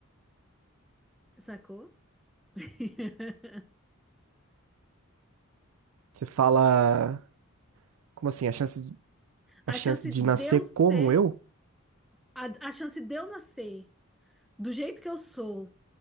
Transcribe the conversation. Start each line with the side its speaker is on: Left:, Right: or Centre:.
Centre: sacou? <laughs>
Right: Você fala. Como assim? A chance, de- a
Centre: A
Right: chance
Centre: chance
Right: de
Centre: de
Right: nascer
Centre: eu ser,
Right: como eu?
Centre: a, a chance de eu nascer do jeito que eu sou,